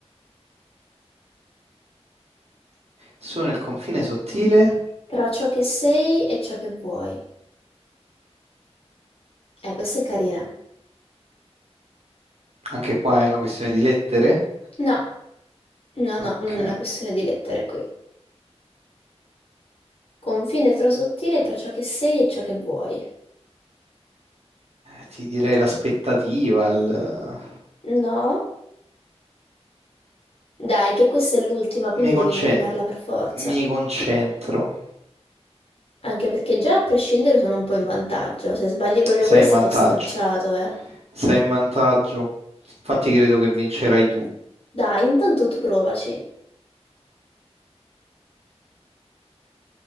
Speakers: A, on the right; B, on the left.
A: Sono il confine sottile
B: Tra ciò che sei e ciò che vuoi. Eh, questa è carina.
A: Anche qua è una questione di lettere?
B: No, no, no,
A: Ok.
B: non è una questione di lettere qui. Confine tro sottile tra ciò che sei e ciò che vuoi.
A: Ti direi l'aspettativa, il...
B: No? Dai, che questa è l'ultima, quindi
A: Mi conce-
B: devi indovinarla per forza.
A: mi concentro.
B: Anche perché già a prescindere sono un po' in vantaggio. Se sbagli proprio
A: Sei
B: questa,
A: in vantaggio.
B: t'ho stracciato, eh.
A: Sei in vantaggio. Infatti credo che vincerai tu.
B: Dai, intanto tu provaci.